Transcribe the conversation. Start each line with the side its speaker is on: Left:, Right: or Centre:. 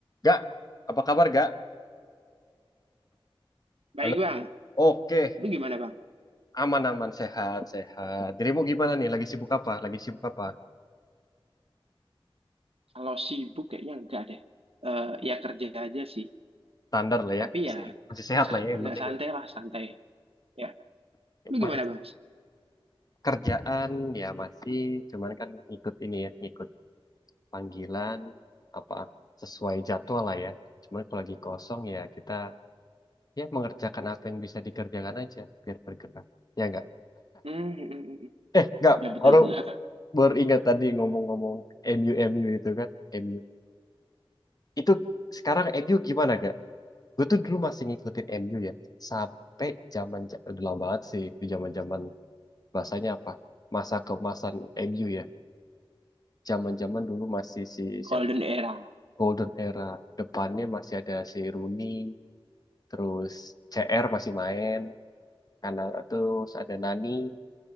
Left: Gak, apa kabar gak?
Right: Baik
Left: Halo.
Right: bang,
Left: Oke,
Right: lu gimana bang?
Left: aman-aman, sehat-sehat. Dirimu gimana nih? Lagi sibuk apa? Lagi sibuk apa?
Right: Kalau sibuk kayaknya enggak deh. Eh ya kerja aja sih,
Left: Standar lah
Right: tapi
Left: ya.
Right: ya
Left: Se- Masih sehat
Right: sa-
Left: lah ya, yang
Right: agak
Left: penting
Right: santai
Left: ya.
Right: lah, santai. Ya, lu
Left: Masih
Right: gimana bang?
Left: kerjaan ya masih, cuman kan ikut ini ya, ikut panggilan apa sesuai jadwal lah ya. Cuman kalau lagi kosong ya kita ya mengerjakan apa yang bisa dikerjakan aja biar bergerak. Ya enggak?
Right: Hmm, hmm, hmm, hmm.
Left: Eh, enggak.
Right: ya betul
Left: Baru
Right: betul.
Left: baru ingat tadi ngomong-ngomong MU MU itu kan, MU. Itu sekarang MU gimana gak? gue tuh dulu masih ngikutin MU ya sampai zaman ja- udah lama banget sih di zaman zaman bahasanya apa masa kemasan MU ya zaman zaman dulu masih si
Right: Golden
Left: siapa
Right: era,
Left: Golden Era depannya masih ada si Rooney terus CR masih main karena terus ada Nani